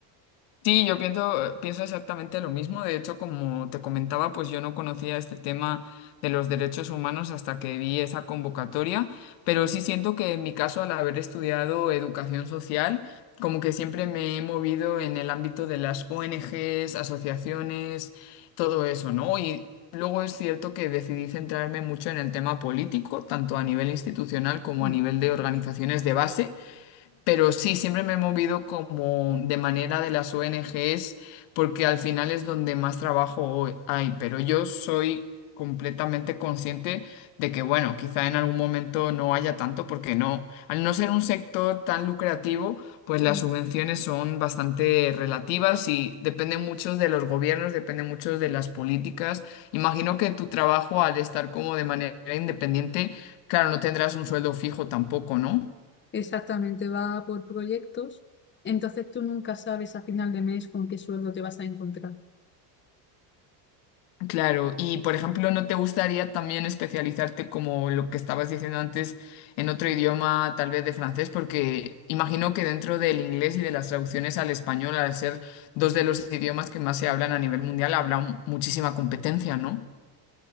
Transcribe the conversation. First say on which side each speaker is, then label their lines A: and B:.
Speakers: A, on the left; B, on the left.
A: Sí, yo pienso, pienso exactamente lo mismo. De hecho, como te comentaba, pues yo no conocía este tema de los derechos humanos hasta que vi esa convocatoria, pero sí siento que en mi caso, al haber estudiado educación social, como que siempre me he movido en el ámbito de las ONGs, asociaciones, todo eso, ¿no? Y luego es cierto que decidí centrarme mucho en el tema político, tanto a nivel institucional como
B: Mm,
A: a nivel de organizaciones de base. Pero sí, siempre me he movido como de manera de las ONGs, porque al final es donde más trabajo hoy hay. Pero yo soy completamente consciente de que, bueno, quizá en algún momento no haya tanto, porque no, al no ser un sector tan lucrativo, pues
B: Sí.
A: las subvenciones son bastante relativas y dependen mucho de los gobiernos, dependen mucho de las políticas. Imagino que tu trabajo, al estar como de manera independiente, claro, no tendrás un sueldo fijo tampoco, ¿no?
B: Exactamente, va por proyectos, entonces tú nunca sabes a final de mes con qué sueldo te vas a encontrar.
A: Claro, y por ejemplo, ¿no te gustaría también especializarte como lo que estabas diciendo antes en otro idioma, tal vez de francés? Porque imagino que dentro del inglés y de las traducciones al español, al ser dos de los idiomas que más se hablan a nivel mundial, habrá muchísima competencia, ¿no?